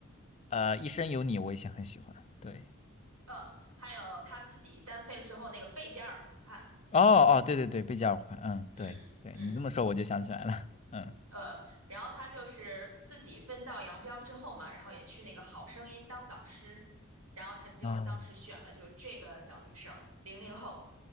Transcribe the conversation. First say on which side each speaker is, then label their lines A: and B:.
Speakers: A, on the left; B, on the right.
A: 呃《一生有你》，我以前很喜欢。对，
B: 嗯，还有她自己单飞了之后那个贝加尔湖畔。
A: 哦哦，对对对，贝加尔湖畔，嗯，
B: 嗯嗯。
A: 对对，你这么说我就想起来了，嗯，
B: 呃，然后他就是自己分道扬镳之后嘛，然后也去那个《好声音》当导师，然后他就当时选了就这个小女生，
A: 哦
B: 零零后，